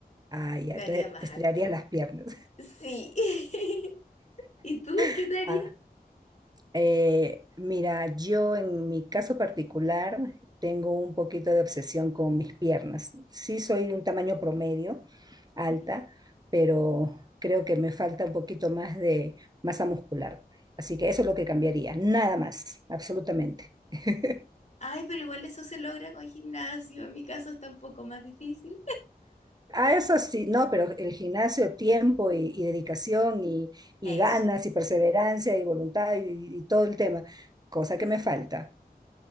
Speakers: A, on the right; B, on the left.
A: Ah, ya,
B: me
A: te,
B: haría más
A: te estirarías
B: alta.
A: las piernas.
B: Sí. <laughs> ¿Y tú qué
A: <laughs>
B: te harías?
A: Eh, mira, yo en mi caso particular tengo un poquito de obsesión con mis piernas. Sí soy de un tamaño promedio, alta,
B: Ujú.
A: pero creo que me falta un poquito más de masa muscular. Así que eso es lo que cambiaría, nada más, absolutamente. <laughs>
B: Ay, pero igual eso se logra con gimnasio. En mi caso está un poco más difícil.
A: Ah, eso sí, no, pero el gimnasio, tiempo y, y dedicación y, y
B: Eso.
A: ganas y perseverancia y voluntad y, y todo el tema, cosa
B: Sí.
A: que me falta.